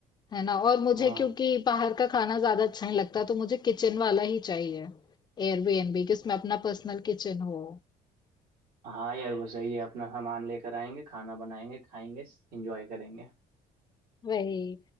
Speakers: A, on the left; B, on the right.
A: है ना? और मुझे
B: हाँ
A: क्योंकि बाहर का खाना ज़्यादा अच्छा नहीं लगता तो मुझे किचन वाला ही चाहिए। एयरबीएनबी कि उसमें अपना पर्सनल किचन हो।
B: हाँ यार वो सही है अपना सामान लेकर आएंगे खाना बनाएंगे खाएंगे एंजॉय करेंगे
A: वही।